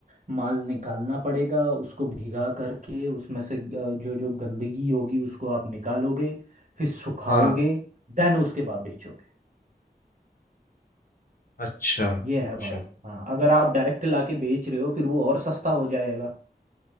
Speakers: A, on the right (about 50°); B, on the left (about 55°).
A: माल निकालना पड़ेगा उसको भीगा करके उसमें से अ, जो जो गंदगी होगी उसको आप निकालोगे फिर सुखाओगे
B: हाँ
A: देन उसके बाद बेचोगे
B: अच्छा
A: ये है
B: अच्छा
A: भाई हाँ अगर आप डायरेक्ट लाके बेच रहे हो फिर वो और सस्ता हो जाएगा